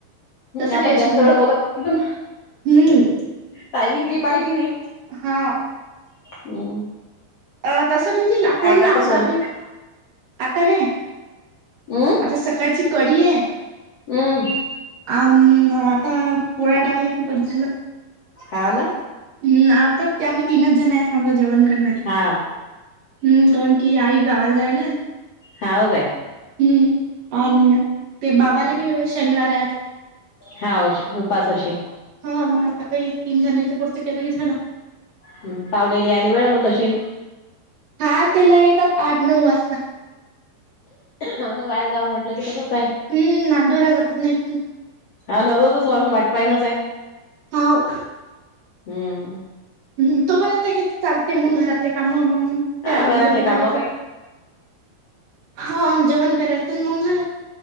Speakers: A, on the right; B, on the left.
A: तसं
B: आपण
A: काय असेल
B: जास्त वेळ
A: मग
B: बोलत होतो ना.
A: हम्म
B: टायमिंग काही पाहिली नाही.
A: हा
B: हम्म.
A: अ तसं बी तीला
B: काय
A: फोन
B: करतो
A: लावला
B: स्वयंपाक
A: बी, आता काय
B: हम्म
A: आता सकाळची कडी आहे.
B: हम्म.
A: आण आता पोळ्या टाकलं की पण झालं.
B: हाव का.
A: हम् आता आम्ही तीनच जण आहे, आम्हाला जेवण करणार.
B: हां.
A: हम्म कोण की आई गावाला जायला
B: हा ओके.
A: हम्म अण ते बाबाला बी शनिवार आहे.
B: हाव उपास अशील.
A: हा मग आता काही तीन जणांच्या पुरत केलं की झालं.
B: हम पावणेली यायला वेळ होत अशील.
A: हा ते लै येतात आठ नऊ वाजता.
B: ह ना बाहेर गावं म्हटलं की तसंचय.
A: हम्म नांदुरला जातात ना इथून.
B: हा न‌ रोज सॉग वाट पायनाच आहे.
A: हाव.
B: हम्म.
A: हम् तोपर्यंत हेच चालतील मग घरातले काम मग. ते
B: हा
A: आले
B: घरातले
A: की जेवण
B: काम
A: करायचं,
B: काही
A: हा जेवण करायचं मग झालं.